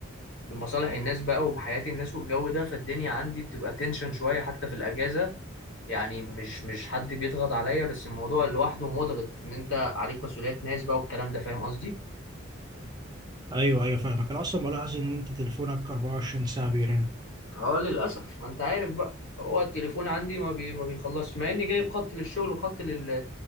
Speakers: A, on the left; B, on the right.
A: بمصالح الناس بقى وبحياه الناس والجو ده فالدنيا عندي بتبقى تنشن شويه حتى في الاجازه يعني مش مش حد بيضغط عليا بس الموضوع لوحده مضغط ان انت عليك مسؤوليات ناس بقى والكلام ده فاهم قصدي
B: ايوه ايوه فاهمك انا اصلا بلاحظ ان انت تليفونك 24 ساعه بيرن
A: اه للاسف ما انت عارف بقى هو التليفون عندي ما بي ما بيخلصش مع اني جايب خط للشغل وخط لل